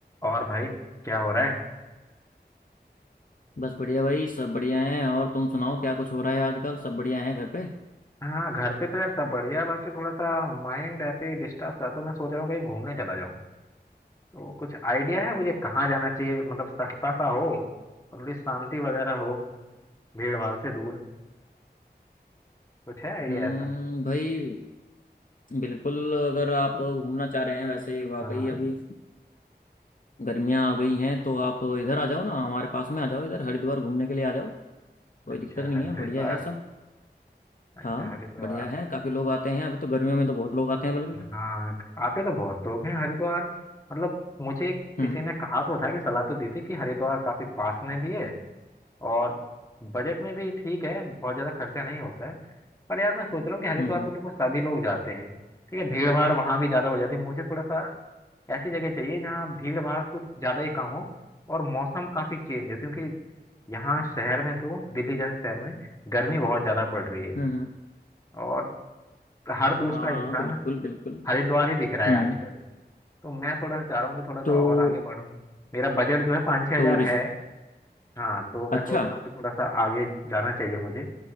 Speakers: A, on the left; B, on the left.
A: और भाई क्या हो रहा है
B: बस बढ़िया भाई सब बढ़िया हैं और तुम सुनाओ क्या कुछ हो रहा है आजकल सब बढ़िया है घर पे
A: हाँ घर पे तो यार सब बढ़िया है, बाकी थोड़ा सा माइंड ऐसे ही डिस्टर्ब था तो मैं सोच रहा हूँ कहीं घूमने चला जाऊँ तो कुछ आइडिया है मुझे कहाँ जाना चाहिए मतलब सस्ता सा हो और थोड़ी शांति वगैरह हो भीड़ भाड़ से दूर कुछ है आइडिया
B: हम्म
A: ऐसा
B: भाई बिल्कुल अगर आप घूमना चाह रहे हैं वैसे वाकई
A: हाँ
B: अभी गर्मियां आ गई हैं तो आप इधर आ जाओ ना हमारे पास में आ जाओ इधर हरिद्वार घूमने के लिए आ जाओ कोई
A: अच्छा
B: दिक्कत नहीं
A: ह-
B: है
A: हरिद्वार
B: बढ़िया है सब
A: अच्छा
B: हाँ
A: हरिद्वार
B: बढ़िया है काफी लोग आते हैं अभी तो गर्मियों में तो बहुत लोग आते हैं बल्कि
A: हाँ आते तो बहुत लोग हैं हरिद्वार मतलब मुझे किसी
B: हम्म
A: ने कहा तो था कि सलाह तो दी थी कि हरिद्वार काफी पास में भी है और बजट में भी ठीक है बहुत ज्यादा खर्चा नहीं होता है पर यार मैं सोच रहा हूँ कि हरिद्वार
B: हम्म हम्म
A: तो देखो सभी लोग जाते हैं ठीक है भीड़ भाड़ वहां भी ज्यादा हो जाती है मुझे थोड़ा सा ऐसी जगह चाहिए जहाँ भीड़ भाड़ कुछ ज्यादा ही कम हो और मौसम काफी चेंज हो क्योंकि यहाँ शहर में तो दिल्ली जैसे शहर में गर्मी बहुत ज्यादा पड़ रही है
B: हम्म हम्म।
A: और हर दूसरा
B: हाँ
A: इंसान
B: बिल्कुल बिल्कुल
A: हरिद्वार ही दिख रहा है
B: हम्म
A: आजकल तो मैं थोड़ा सा चाह रहा हूँ कि थोड़ा सा
B: तो
A: और आगे बढूं मेरा बजट जो है पाँच छह हजार
B: तो ऋषि
A: है हाँ तो मैं
B: अच्छा
A: सोच रहा हूँ कि थोड़ा सा आगे जाना चाहिए मुझे